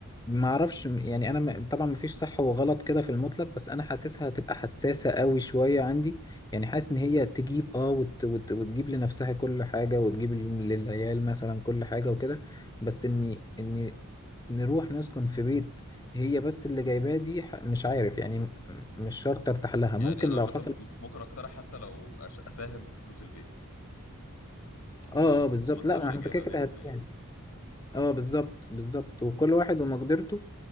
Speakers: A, on the left; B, on the left.
A: ما اعرفش م- يعني انا م- طبعا مفيش صح وغلط كده في المطلق بس انا حاسسها هتبقى حساسة قوي شوية عندي يعني حاسس ان هي تجيب اه وت وت وتجيب لنفسها كل حاجة وتجيب لل- للعيال مثلا كل حاجة وكده بس اني اني نروح نسكن في بيت هي بس اللي جايباه دي ح- مش عارف يعني م- مش شرط ارتاح لها
B: يعني
A: ممكن
B: انا عامة
A: لو حصل
B: م- ممكن اقترح حتى لو أش- اساهم في فلوس البيت
A: اه
B: اللي هو
A: اه بالظبط
B: ما تبقاش
A: لا ما
B: هي
A: انت
B: جايبها
A: كده كده
B: 100%
A: هتفهم اه بالظبط بالظبط وكل واحد ومقدرته